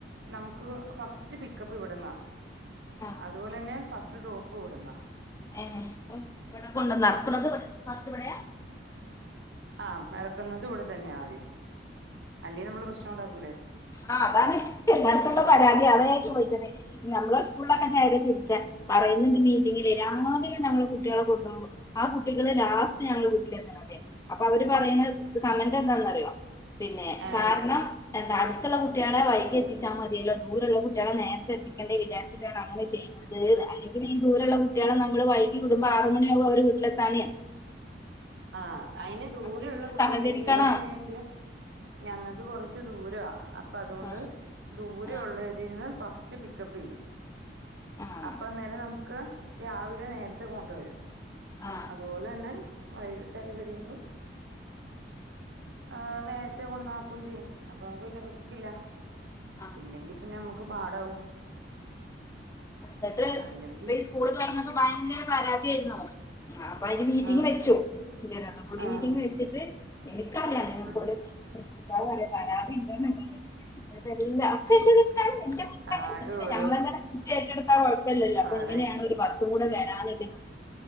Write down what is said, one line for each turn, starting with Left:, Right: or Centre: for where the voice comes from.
Right: നമുക്ക് ഫസ്റ്റ് പിക്കപ്പ് ഇവിട്ന്നാ
Left: ആഹ്
Right: അതുപോലെന്നെ ഫസ്റ്റ് ഡ്രോപ്പും ഇവിടുന്ന
Left: ഏഹ് ഇവിടെ കൊണ്ടന്നർക്കണതും ഇവിടെ ഫാസ്റ്റ് ഇവിടെയാ
Right: ആഹ് എറക്കുന്നുന്നതും ഇവിടെ തന്നെയ ആദ്യം അല്ലെ നമ്മള് പ്രശ്നം ഉണ്ടാക്കൂലേ
Left: ആഹ് അതാണ് എല്ലാട്ത്തുള്ള പരാതി അതാ ഞാൻ ചോദിച്ചത് നമ്മളെ സ്കൂളിലൊക്കെ
Right: ആ
Left: നേരെ തിരിച്ച പറയുന്നുണ്ട് മീറ്റിങ്ങിലെ രാവിലെ നമ്മള് കുട്ടികളെ കൊണ്ടുപോവും ആ കുട്ടികള് ലാസ്റ്റ് ഞങ്ങളെ വീട്ടിലെത്ത്ണതെ അപ്പൊ അവര് പറയ്ണ ഇത് കമന്റ് എന്താന്നറിയോ പിന്നെ
Right: ഏ
Left: കാരണം എന്താ അടു ത്തുള്ള കുട്ടികളെ വൈകി എത്തിച്ചാൽ മതിയല്ലോ ദൂരള്ള കുട്ടികളെ നേരത്തെത്തിക്കണ്ടെ വിചാര്ചിട്ടാണ് അങ്ങനെ ചെയ് തത് അത് അല്ലെങ്കിൽ ഈ ദൂരള്ള കുട്ടികളെ നമ്മള് വൈകി വിടുമ്പോ ആറു മണിയാവും അവര് വീട്ടിലെത്താന്
Right: ആഹ് അയ്ന് ദൂര
Left: അപ്പൊ നിങ്ങള്
Right: ഉള്ള കുട്ടികളൊക്കെ
Left: സഹകരിക്കണം
Right: ഇവിടെ എങ്ങനെച്ച ഞങ്ങൾക്ക് കൊറച്ച് ദൂരവാ അപ്പൊ അതുകൊണ്ട്
Left: ആ
Right: ദൂരൊള്ള
Left: ആ
Right: ന്ന് ഫസ്റ്റ് പിക്കപ്പ് ചെയ്യും
Left: ആ
Right: അപ്പ അന്നേരം നമു ക്ക് രാവിലെ നേരത്തെ പോണ്ട് വരും
Left: ആ
Right: അതുപോലെ തന്നെ വൈകിട്ടായി കഴിയുമ്പോ ആഹ് നേരത്തെ കൊട്ന്നാക്കുകയും ചെയ്യും അപ്പൊ നമുക്ക് വലിയ റിസ്ക്കില്ല
Left: ആ
Right: ഇല്ലെങ്കി പിന്നെ നമ്മക്ക് പാടാവും
Left: എന്നിട്ട്
Right: അല്ലെങ്കിൽ
Left: ഇപ്പൊ ഈ സ്കൂള് തൊറന്നപ്പൊ ഭയങ്കര പരാതിയായിരുന്നു ആഹ് അപ്പൊ അയ്ന് മീറ്റിംഗ്
Right: ആഹ്
Left: വെച്ചു ജനറൽ ബോഡി
Right: ആഹ്
Left: മീറ്റിംഗ് വെച്ചിട്ട് എനിക്കറിയാം നിങ്ങക്ക
Right: ആഹ്
Left: പ്രിൻസിപ്പാൾ പറയ പരാതി പ്പൊ എന്റെ തെറ്റാണ് എന്റെ കുറ്റാണ്
Right: ആകെ
Left: ന്നാപിന്നെ
Right: ഓരോ
Left: ഞമ്മളന്നെ കുറ്റം ഏറ്റെടുത്താ കൊഴപ്പം കൊഴപ്പല്ലല്ലോ
Right: പാടായി
Left: അപ്പൊ ഇങ്ങനെയാണ് ഒരു ബസ്സും കൂടെ വരാനിണ്ട്